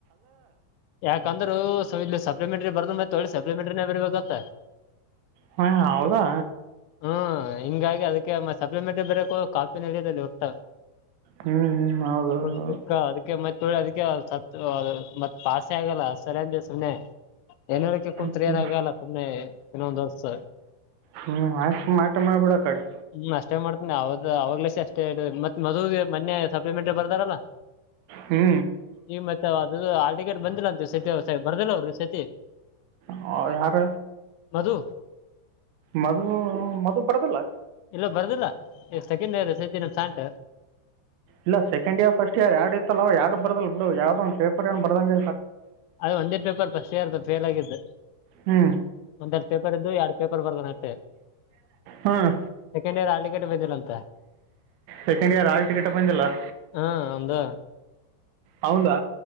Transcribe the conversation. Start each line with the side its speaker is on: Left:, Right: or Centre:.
Left: ಯಾಕಂದ್ರೂ ಸ ಇ <unintelligible> ಸಪ್ಲಿಮೆಟ್ರಿ ಬರ್ದ ಮತ್ತೆ ತಳಿ ಸಪ್ಲಿಮೆಂಟ್ರೇ ಬರ್ಬೇಕಂತ
Right: ಹ ಹ ಹೌದಾ
Left: ಹ್ಮ್ ಹಿಂಗಾಗಿ ಅದಕ್ಕೆ ಮ ಸಪ್ಲಿಮೆಂಟ್ರಿ ಬರು ಕಾಫಿನ ನಡಲ್ಲಿ ಹುಟ್ಟ
Right: ಹ್ಞೂ ಹ್ಞೂ ಹೌದು ಹೌದು
Left: ಹಷಕ್ಕ
Right: ಹೌದು.
Left: ಅದಕ್ಕೆ ಮ ಅದಕ್ಕೆ ಸ ಮತ್ ಪಾಸೆ ಆಗಲ್ಲ ಸರಿಯ ಅಂತ ಸುಮ್ಮನೆ ಏನಕ್ಕೆ ಕುಂತ್ರಿಯದಾಗಲ್ಲ
Right: ಹ್ಞೂ
Left: ಸುಮ್ಮ್ನೆ ಇನ್ನೊಂದ್ ವರ್ಸ
Right: ಹ್ಞೂ ಆಯ್ತು ಮಾಟ ಮಾಡಿಬಿಡ ಕಡೆ
Left: ಹ್ಮ ಅಷ್ಟೇ ಮಾಡ್ತೀನಿ ಅವದು ಅವಾಗ್ಲಸ ಅಷ್ಟ ಮ ಮತ್ತೆ ಮದುವಗೆ ಮೊನ್ನೆ ಸಪ್ಲಿಮೆಂಟ ಬರ್ತಾರಲ್ಲ
Right: ಹ್ಞೂ
Left: ಈಗ ಮತ್ತೆ ಅದು ಹಾಲ್ ಟಿಕೆಟ್ ಬಂದಿಲ್ಲ ಅಂತ ಸತಿ ಬರ್ದಿಲ್ಲ ಅವರು ಸತಿ
Right: ಹ ಯಾರ
Left: ಮಧು
Right: ಮದ್ು ಮದ್ ಬರದಿಲ್ಲ
Left: ಇಲ್ಲ ಬರ್ದಿಲ್ಲ ಎಷ್ಟ ಸೆಕೆಂಡಿಯರ್ ಸತ ಸಂಟ
Right: ಇಲ್ಲ ಸೆಕಂಡ್ ಇಯರ್ ಫಸ್ಟ್ ಇಯರ್ ಯರಡ್ ಇತ್ತ ಅ ಅವ ಯಡುಡ್ ಬರ್ದಲ್ ಬಿಡು ಯಾವ್ದ ಒಂದ ಪೇಪರ್ ಏ ಬದಂಗ
Left: ಅದ ಒಂದೇ ಪೇಪರ್ ಫಸ್ಟ್ ಇಯರ್ ಫೇಲ್ ಆಗಿದ್ದು
Right: ಹ್ಞೂ
Left: ಒಂದ್ೆರಡು ಪೇಪರ್ ಇದ್ದು ಎರಡು ಪೇಪರ್ ಬರ್ದಾನತ್ತೆ
Right: ಹಾಂ
Left: ಸೆಕೆಂಡ್ ಇಯರ್ ಹ ಂತ
Right: ಸೆಕೆಂಡ್ ಇಯರ್ ಆಲ್ ಟಿಕೆಟ್ ಬಂದಿಲ್ಲ
Left: ಹಾ ಒಂದು
Right: ಹೌದಾ